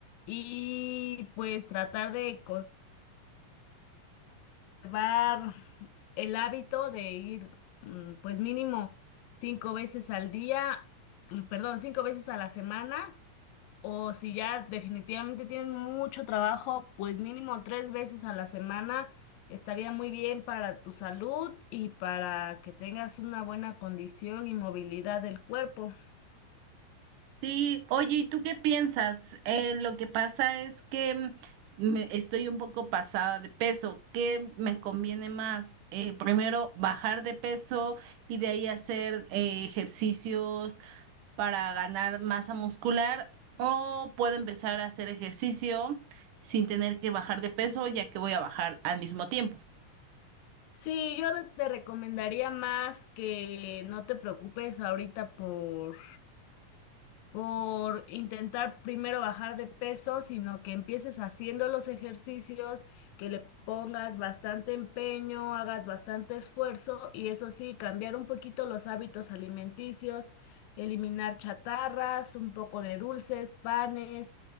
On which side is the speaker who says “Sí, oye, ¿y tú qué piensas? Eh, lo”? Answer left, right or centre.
Right